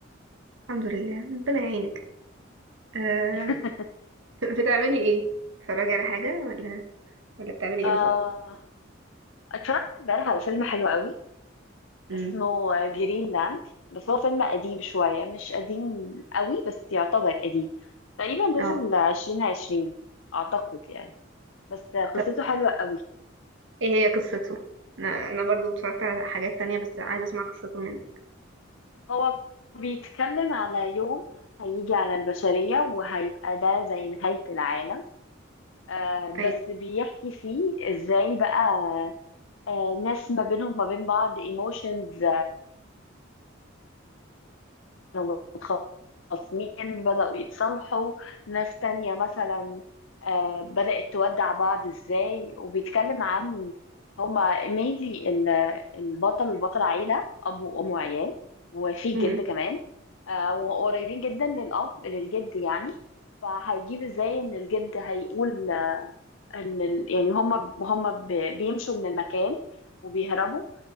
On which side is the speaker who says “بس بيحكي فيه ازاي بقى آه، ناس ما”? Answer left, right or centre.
Left